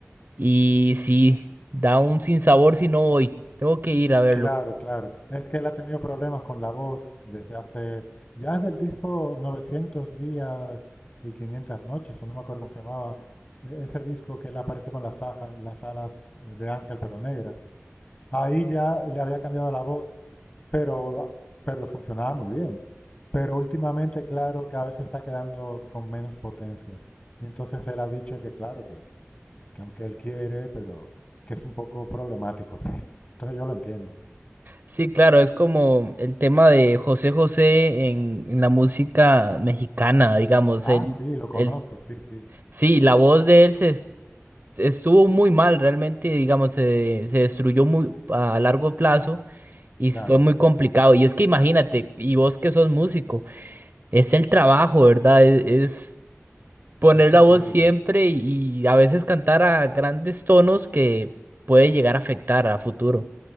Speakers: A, on the right; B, on the left.
A: y sí, da un sinsabor si no voy. Tengo que ir a verlo.
B: Claro, claro. Es que él ha tenido problemas con la voz desde hace, ya desde el disco 900 días y 500 noches, o no me acuerdo cómo se llamaba, e- ese disco que él aparece con las, aja- las alas eh, de ángel pero negras. Ahí ya le había cambiado la voz Pero, pero le funcionaba muy bien. Pero últimamente, claro, cada vez se está quedando con menos potencia. Y entonces él ha dicho que, claro, que, que aunque él quiere, pero que es un poco problemático <laughs> así. Entonces yo lo entiendo.
A: Sí, claro, es como el tema de José José en, en la música mexicana, digamos,
B: Ah,
A: él,
B: sí, lo conozco,
A: él,
B: sí, sí,
A: sí, la voz de él se estuvo muy mal realmente, digamos, se, se destruyó muy a largo plazo y
B: claro.
A: fue muy complicado. Y es que imagínate, y vos que sos músico, es el trabajo, ¿verdad? Es, es poner
B: Es terrible.
A: la voz siempre y a veces cantar a grandes tonos que puede llegar a afectar a futuro.